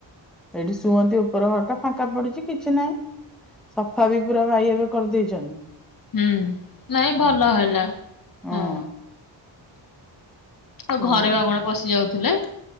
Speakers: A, in the centre; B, on the left.
A: ଏଠି ଶୁଅନ୍ତି ଉପର ଘରଟା ଫାଙ୍କା ପଡ଼ିଚି କିଛି ନାହିଁ। ସଫା ବି ପୁରା ଭାଇ ଏବେ କରି ଦେଇଚନ୍ତି।
B: ହୁଁ, ନାଇଁ ଭଲ ହେଲା,
A: ହୁଁ
B: ହଁ। ଆଉ
A: ସେଇଆ।
B: ଘରେ ବା କଣ ପଶି ଯାଉଥିଲେ?